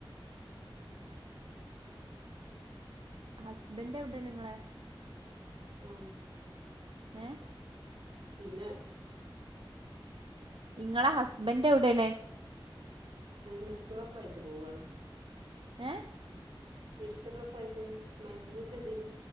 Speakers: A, on the right; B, on the right.
A: ഹസ്ബൻഡ് എവിടെയാണ് നിങ്ങളെ?
B: ഉം
A: ഏഹ്
B: പിന്നെ
A: നിങ്ങളെ ഹസ്ബൻ് എവിടെണ്?
B: മെക്കഫ് ആയിട്ട് പോവാണ്
A: ഏഹ്
B: മെഡിക്കൽ റഫ് ആയിട്ട് മരുന്നിന്റെ തിൽ